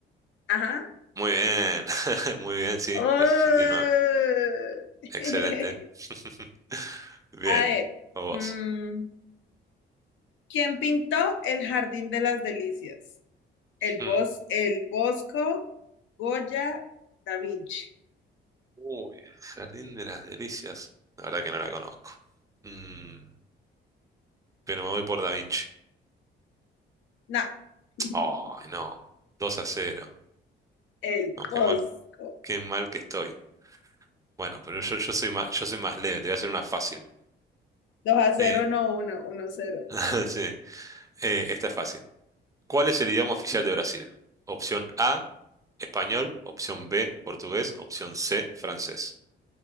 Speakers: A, on the left; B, on the right.
A: Ajá.
B: Muy bien, <laughs> muy bien, sí,
A: Oh.
B: en el sesenta y nueve Excelente.
A: <laughs>
B: <laughs> Bien,
A: A ver,
B: a vos.
A: mm, ¿quién pintó el Jardín de las Delicias? El
B: Mm.
A: bos, el Bosco, Goya, Da Vinci.
B: Uy, Jardín de las Delicias. La verdad que no la conozco. Mm, pero me voy por Da Vinci.
A: No, <laughs>
B: Ay, no. dos a cero
A: el
B: No, qué
A: Bosco.
B: mal, qué mal que estoy. Bueno, pero yo, yo soy más, yo soy más leve, te voy a hacer una fácil.
A: Dos a cero,
B: Eh,
A: no uno, uno a 0.
B: <laughs> sí, Eh, esta es fácil. ¿Cuál es el idioma oficial de Brasil? Opción A, Español, opción B, portugués, opción C, francés.